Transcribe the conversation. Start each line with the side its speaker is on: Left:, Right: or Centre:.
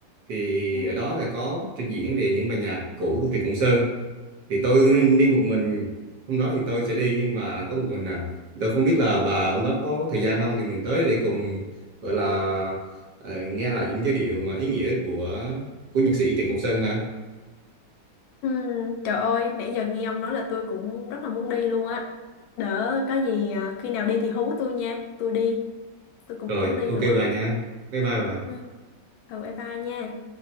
Right: thì
Left: Ừ.
Right: ở đó là có trình diễn về những bài nhạc cũ của Trịnh Công Sơn thì tôi đi một mình hôm đó thì tôi sẽ đi nhưng mà có một mình à tôi không biết là bà hôm đó có thời gian không thì mình tới để cùng gọi là ờ, nghe lại những giai điệu mà ý nghĩa của của nhạc sĩ Trịnh Công Sơn ha
Left: Ừ, Trời ơi nãy giờ nghe ông nói là tôi cũng rất là muốn đi luôn á đỡ có gì à, khi nào đi thì hú tôi nha tôi đi tôi cũng
Right: rồi
Left: muốn đi
Right: ok
Left: nữa
Right: bà nha bye bye bà
Left: ừ. Ừ, bye bye nha